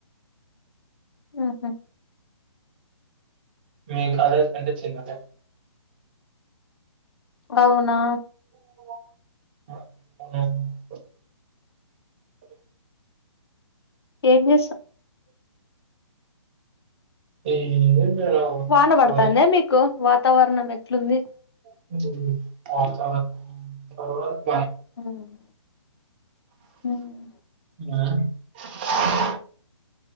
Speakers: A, on the left; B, on the right.
A: మ్మ్ హు
B: మీ కాలేజ్ కంటే చిన్నదే
A: అవునా
B: <unintelligible>
A: ఏమి చేస్
B: <inaudible>
A: వాన పడతాంద
B: ఖాళీ
A: మీకు వాతావరణం ఎట్లుంది
B: <unintelligible>
A: మ్మ్ మ్మ్
B: ఆ